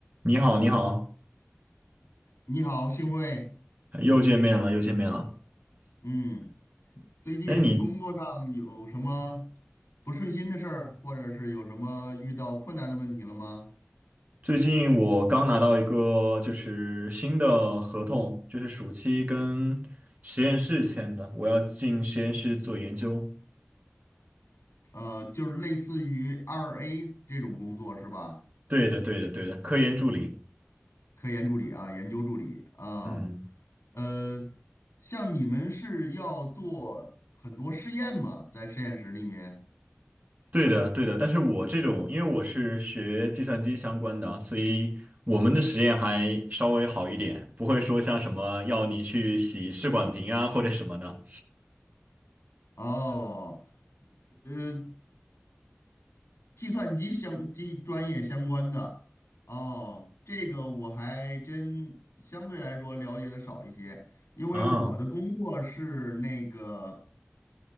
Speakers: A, on the right; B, on the left.
A: 你好，你好，
B: 你好，幸会。
A: 又见面了，又见面了。
B: 嗯，最近工作上有什么
A: 哎，你
B: 不顺心的事儿，或者是有什么遇到困难的问题了吗？
A: 最近我刚拿到一个就是新的合同，就是暑期跟实验室签的，我要进实验室做研究。
B: 呃，就是类似于二 A 这种工作是吧？
A: 对的，对的，对的，科研助理。
B: 科研助理啊，研究助理啊，
A: 嗯，
B: 呃，像你们是要做很多实验吗？在实验室里面？
A: 对的，对的。但是我这种，因为我是学计算机相关的，所以我们的实验还稍微好一点，不会说像什么要你去洗试管瓶啊或者什么的。
B: 哦，呃计算机相机专业相关的哦，这个我还真相对来说了解的少一些，因为我的工作是那个
A: 啊